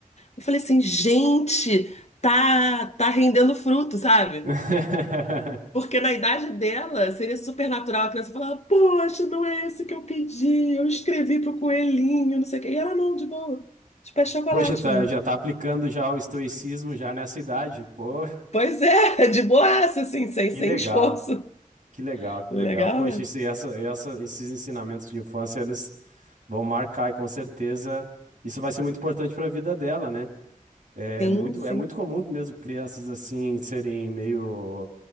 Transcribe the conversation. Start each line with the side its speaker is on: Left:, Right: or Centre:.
Left: Eu falei assim, gente, tá, tá rendendo fruto, sabe?
Right: <laughs>
Left: Porque na idade dela seria super natural a criança falar: Poxa, não é esse que eu pedi, eu escrevi pro coelhinho, não sei o quê. E ela não, de boa. Tipo, é chocolate,
Right: Pô, já tá,
Left: mãe.
Right: já tá aplicando já o estoicismo já nessa idade. Pô,
Left: Pois é, <laughs> de boaça, assim, sem,
Right: que
Left: sem
Right: legal,
Left: esforço.
Right: que legal, que
Left: Legal,
Right: legal. Poxa,
Left: né?
Right: isso, e essa, essa, esses ensinamentos de infância, eles vão marcar e com certeza isso vai ser muito importante para a vida dela, né? É
Left: Sim,
Right: muito,
Left: sim.
Right: é muito comum mesmo crianças assim serem meio